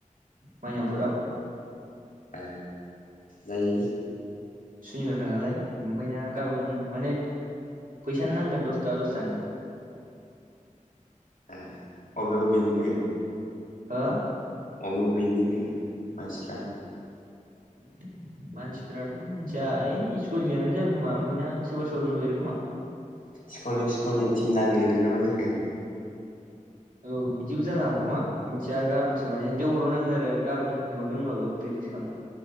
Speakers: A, on the right; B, on the left.
A: माइनावफुराव
B: ए जायो
A: सुनिबारखा नालाय ओमफायना गाबोन माने <unintelligible> फैसानि नांगोन दसथाखा दसथाखानि
B: ए अबे अबेनिनो
A: ओ
B: अबे अबेनिनो मानसिफ्रा
A: <unintelligible> मानसिफोराथ' मिनथिया ओइ स्कुलनियानो जागोन खोमा ओमफायना सोरबा सोरबा दंदेरो खोमा
B: स्कुलनि स्कुलनि टिम नांनो नागिरदों ना मा जाखो
A: औ बिदिबो जानो हागौ खोमा मिनथिया गाबोनसो माने देवबाराव नांङो आरो गाबोन लेंहरदों होमबाबो फ्रि इस खामनो